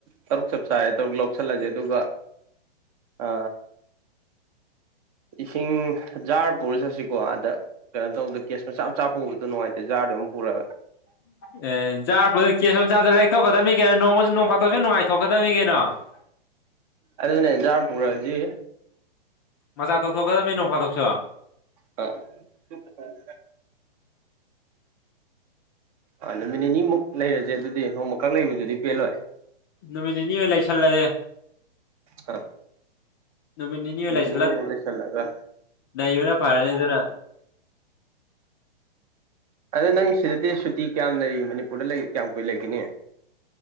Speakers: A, on the right; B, on the left.
A: ꯇꯔꯨꯛ ꯆꯞ ꯆꯥ ꯇꯔꯨꯛ ꯂꯧꯁꯤꯜꯂꯁꯦ ꯑꯗꯨꯒ ꯑ ꯏꯁꯤꯡꯖꯥꯔ ꯄꯨꯔ ꯆꯠꯁꯤꯀꯣ ꯑꯥꯗ ꯀꯩꯅꯣ ꯇꯧꯕꯗ ꯀꯦꯁ ꯃꯆꯥ ꯃꯆꯥ ꯄꯨꯕꯗꯣ ꯅꯨꯡꯉꯥꯏꯇꯦꯖꯥꯔꯗ ꯑꯗꯨꯝ ꯄꯨꯔ
B: <unintelligible>
A: ꯑꯗꯨꯅꯦ ꯖꯥꯔ ꯄꯨꯔꯖꯤ
B: ꯃꯆꯥꯥꯛ ꯇꯧꯊꯣꯛꯀꯗꯕꯅꯤ ꯅꯣꯡ ꯐꯥꯗꯣꯛꯁꫭ
A: ꯑ <unintelligible> ꯑꯥ ꯅꯨꯃꯤꯠ ꯅꯤꯅꯤꯃꯨꯛ ꯂꯩꯔꯁꯦ ꯑꯗꯨꯗꯤ ꯅꯣꯡꯃꯈꯛ ꯂꯩꯕꯗꯨꯗꯤ ꯄꯦꯜꯂꯣꯏ
B: ꯅꯨꯃꯤꯠ ꯅꯤꯅꯤ ꯑꯣꯏꯅ ꯂꯩꯁꯜꯂꯁꯦ
A: ꯑꯥ
B: ꯅꯨꯃꯤꯠ ꯅꯤꯅꯤ ꯑꯣꯏ ꯂꯥꯏꯁꯜꯂ
A: ꯅꯤꯅꯤꯃꯨꯛ ꯂꯩꯁꯜꯂꯒ
B: ꯅꯩꯕꯅ ꯐꯥꯔꯅꯤ ꯑꯗꯨꯅ
A: ꯑꯗ ꯅꯪ ꯁꯤꯗꯗꯤ ꯁꯨꯇꯤ ꯀꯌꯥꯝ ꯂꯩꯔꯤ ꯃꯅꯤꯄꯨꯔꯗ ꯀꯌꯥꯝ ꯀꯨꯏ ꯂꯩꯒꯅꯤ